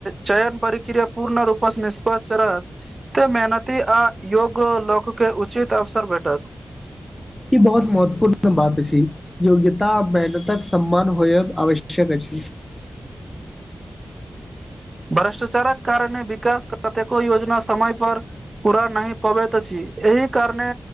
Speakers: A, on the right; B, on the left.
A: चयन परिक्रिया पूर्ण रूपस निष्पस चढ़त। एते मेहनती अ योग लोक के उचित अवसर भेटत
B: बहुत महत्वपूर्ण बात अछि योग्यता मेहनतकऽ सम्मान होयव आवश्यक अछि
A: भ्रष्टाचारक कारणे विकास कतेको योजना समय पर। पूरा नैय पबैत अछि एहि कारणे